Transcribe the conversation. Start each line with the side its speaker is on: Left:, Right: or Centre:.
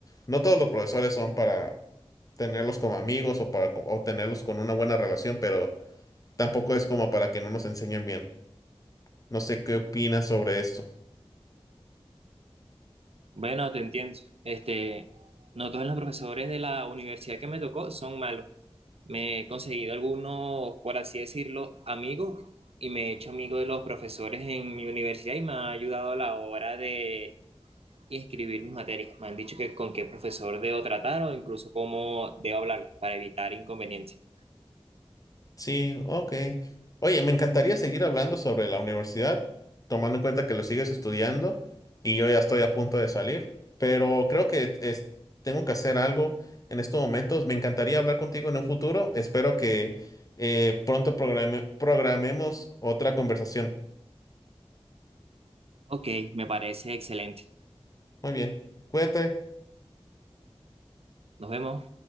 Left: No todos los profesores son para tenerlos como amigos o para co- o tenerlos con una buena relación, pero tampoco es como para que no nos enseñen bien. No sé qué opinas sobre esto.
Right: Bueno, te entiendo. Este, no todos los profesores de la universidad que me tocó son malos. Me he conseguido algunos, por así decirlo, amigos y me he hecho amigo de los profesores en mi universidad y me ha ayudado a la hora de inscribir mis materias. Me han dicho que con qué profesor debo tratar o incluso cómo debo hablar para evitar inconvenientes.
Left: Sí, ok. Oye, me encantaría seguir hablando sobre la universidad, tomando en cuenta que lo sigues estudiando y yo ya estoy a punto de salir, pero creo que es- tengo que hacer algo en estos momentos. Me encantaría hablar contigo en un futuro. Espero que eh, pronto programe- programemos otra conversación.
Right: Ok, me parece excelente.
Left: Muy bien, cuídate.
Right: Nos vemos.